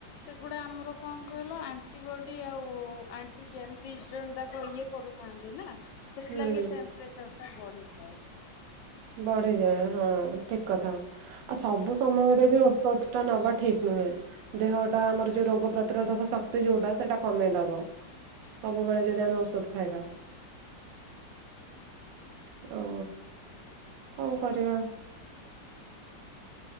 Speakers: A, on the left; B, on the right.
A: ସେଗୁଡା ଆମର କଣ? କହିଲ ଆଣ୍ଟିବଡି ଆଉ ଆଣ୍ଟିଜେନ ଦିଜନ୍ ଯାକ ଇଏ କରୁଥାନ୍ତି ନା। ସେଥିଲାଗି
B: ହୁଁ
A: ଟେମ୍ପରେଚର ବଢିଥାଏ।
B: ବଢିଯାଏ ହଁ ଠିକ କଥା। ଆଉ ସବୁ ସମୟରେ ବି ଔଷଧ ନବା ଠିକ ନୁହେଁ ଦେହଟା ଆମର ଯୋଉ ରୋଗ ପ୍ରତିରୋଧକ ଶକ୍ତି ଯୋଉଟା ସେଇଟା କମେଇ ଦବ ସବୁବେଳେ ଯଦି ଆମେ ଔଷଧ ଖାଇବା ଓ କଣ କରିବା।